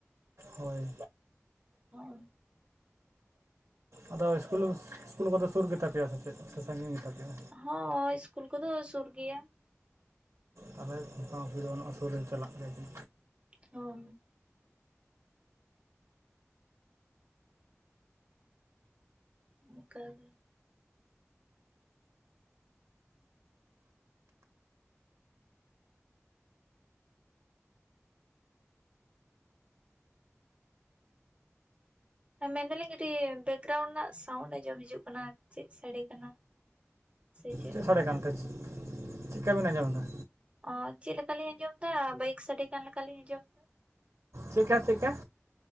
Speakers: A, on the right (about 75°); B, on the right (about 25°).
A: ᱦᱳᱭ᱾
B: ᱦᱮ
A: ᱟᱫᱚ ᱤᱥᱠᱩᱞ ᱤᱥᱠᱩᱞ ᱠᱚᱫᱚ ᱥᱩᱨ ᱜᱮᱛᱟ ᱯᱮᱭᱟ ᱥᱮᱪᱮᱫ ᱥᱮ ᱥᱟᱺᱜᱤᱧ ᱜᱮᱛᱟ ᱯᱮᱭᱟ?
B: ᱦᱚᱸ ᱤᱥᱠᱩᱞ ᱠᱚ ᱫᱚ ᱥᱩᱨ ᱜᱮᱭᱟ᱾
A: ᱛᱟᱦᱚᱞᱮ ᱚᱥᱤᱵᱤᱫᱷᱟ ᱫᱚ ᱵᱟᱹᱱᱩᱜᱼᱟ ᱥᱩᱨ ᱨᱮ ᱪᱟᱞᱟᱜ ᱜᱮᱭᱟ ᱠᱤᱱ᱾
B: ᱦᱮ᱾ ᱚᱱᱠᱟᱜᱮ᱾ ᱢᱮᱱᱫᱟᱞᱤᱧ ᱠᱟᱹᱴᱤᱡ ᱵᱮᱠᱜᱨᱟᱣᱩᱱᱰ ᱨᱮᱱᱟᱜ ᱥᱟᱣᱩᱱᱰ ᱟᱸᱡᱚᱢ ᱦᱤᱡᱩᱜ ᱠᱟᱱᱟ ᱪᱮᱫ ᱥᱟᱰᱮ ᱠᱟᱱᱟ? ᱥᱮ
A: ᱪᱮᱫ
B: ᱞᱮᱠᱟ
A: ᱥᱟᱰᱮ
B: ᱛᱟᱨ
A: ᱠᱟᱱᱛᱮ ᱪᱮᱫᱠᱟ ᱵᱮᱱ ᱟᱸᱡᱚᱢ ᱮᱫᱟ?
B: ᱚ ᱪᱮᱫ ᱞᱮᱠᱟᱞᱤᱧ ᱟᱸᱡᱚᱢ ᱫᱟ ᱵᱟᱭᱤᱠ ᱥᱟᱰᱮ ᱠᱟᱱ ᱞᱮᱠᱟ ᱞᱤᱧ ᱟᱸᱡᱚᱢ ᱮᱫᱟ᱾
A: ᱪᱮᱜᱠᱟ ᱪᱮᱜᱠᱟ?